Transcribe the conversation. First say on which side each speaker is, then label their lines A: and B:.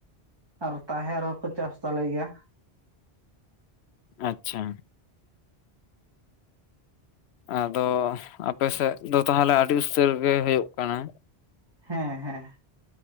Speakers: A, on the right; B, on the left.
A: ᱟᱨ ᱛᱟᱦᱮᱨ ᱦᱚ ᱠᱚ ᱪᱟᱥ ᱛᱟᱞᱮ ᱜᱮᱭᱟ
B: ᱟᱪᱪᱷᱟ ᱟᱫᱚ ᱟᱯᱮ ᱥᱮᱫ ᱫᱚ ᱛᱟᱦᱚᱞᱮ ᱟᱹᱰᱤ ᱩᱥᱛᱟᱹᱨ ᱜᱮ ᱦᱩᱭᱩᱜ ᱠᱟᱱᱟ
A: ᱦᱮᱸ ᱦᱮᱸ